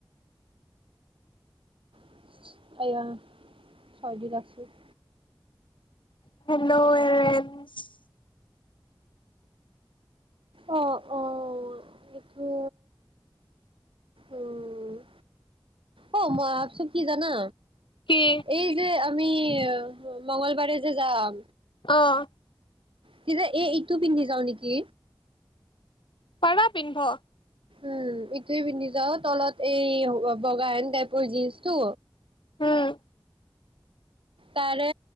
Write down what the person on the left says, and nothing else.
হেল্ল' <unintelligible>
কি
ন
পাৰা পিন্ধ
উম